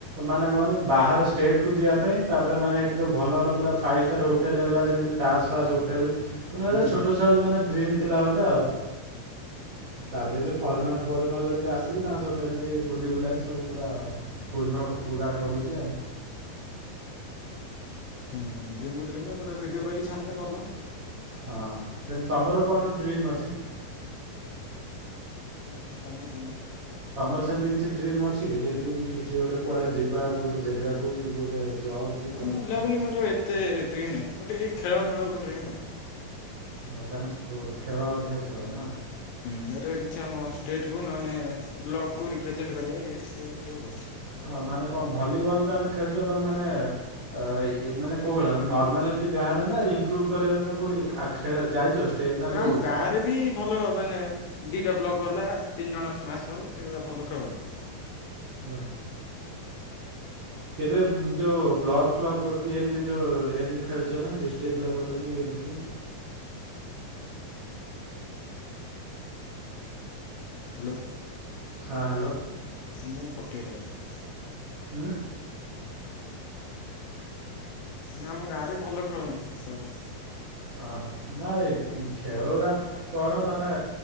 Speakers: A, on the right (about 85°); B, on the left (about 80°).
A: ମାନେ କହନି ବାହାର ଷ୍ଟେଟ କୁ ଯିବା ପାଇଁ ତାପରେ ମାନେ ସେଇଠି ଯୋଉ ଭଲ ଭଲ ପୁରା ଫା ଷ୍ଟାର୍ ହୋଟେଲ ହେଲା ଯେମିତି ତାସ ଫାସ୍ ହୋଟେଲ ମାନେ
B: ହୁଁ
A: ଛୋଟଛୁଆଁ
B: ହୁଁ
A: ବେଳୁ ମାନେ ଡ୍ରିମ୍ ଥିଲା ଗୋଟେ ଆଉ ତାପରେ ଏ ଯୋଉ ଫରେନର ଫରେନର ଯେମିତି ଆସିଲେ ତାଙ୍କ ସହିତ ଏମିତି ବୁଲି ବୁଲାକି ସବୁ ପୁରା ପୂର୍ଣ୍ଣ ପୁରା କରୁଛି ଆଉ
B: ହଁ ଡ୍ରିମ୍ କୁ ଡ୍ରିମ୍ ମୁଁ ଏପଟେ ରେ ଭିଡିଓ କରିକି ଛାଡୁନି ଭଲ
A: ହଁ ସେମିତି ତମର କଣ ଡ୍ରିମ୍ ଅଛି?
B: ଆମର କଣ ଡ୍ରିମ୍?
A: ତମର ସେମିତି କିଛି ଡ୍ରିମ୍ ଅଛି କି ଯେମିତି କି କିଛି ଗୋଟେ କୁଆଡେ ଯିବା ଗୋଟେ ଜାଗାକୁ କି ଗୋଟେ ଜବ୍ କି
B: ହଁ
A: କୁହନ୍ତି
B: ବୁଲାବୁଲି ମୋର ଏତେ ଡ୍ରିମ୍ ନାହିଁ ମୁଁ ଟିକେ ଏ ଖେଳମେଳ ଉପରେ ଡ୍ରିମ୍ ଆଉ
A: ହଉ ତାହେଲେ ସ୍ପୋ ଖେଳ ଅଧିକ ଖେଳ ନା?
B: ହୁଁ ଏଟା କିଛି ଆମ ଷ୍ଟେଟ କୁ ନହେଲେ ବ୍ଲକ କୁ ରିପ୍ରେଜେଣ୍ଟ କରିବା
A: ହଁ ମାନେ କଣ ଭଲିବଲ ତ ଆମେ ଖେଳୁଛ ତମେ ମାନେ ମାନେ କଉହଲା ମେ ନର୍ମାଲ ଏମିତି ଗାଁରେ ନା ଇମ୍ପ୍ରଭୁ କରିବା ପାଇଁ କୋଉଠି ଆ ଖେଳ ଯାଇଛ? ଷ୍ଟେଟ୍
B: ନା
A: ଯୋଉ
B: ଆମ ଗାଁରେ ରେ ବି ଭଲ ମାନେ ଦିଇଟା ବ୍ଲକ ବାଲା ତିନି ଜଣ ସ୍ମାସର ସେଇଗୁଡ଼ଆ ଭଲ ଖେଳନ୍ତି।
A: ରହ। କେବେ ଯୋଉ ବ୍ଲକ ଫ୍ଲକ୍ କି ଏମତି ଯୋଉ ଏମତି ଖେଳଛ ନା ଡିଷ୍ଟ୍ରିକ୍ଟ ଲେବଲରେ କି ଏମତି।
B: ହ୍ୟାଲୋ।
A: ହଁ ହ୍ୟାଲୋ।
B: ଆ ମୁଁନ ପଠେଇଦବ ବୋଧେ।
A: ଆଁ।
B: ନାଁ ଆମ ଗାଁରେ ଭଲ ଖେଳନ୍ତି ସମତେ।
A: ହଁ ହଁ ନାଇଁ ଖେଳଉରା କଣ ମାନେ?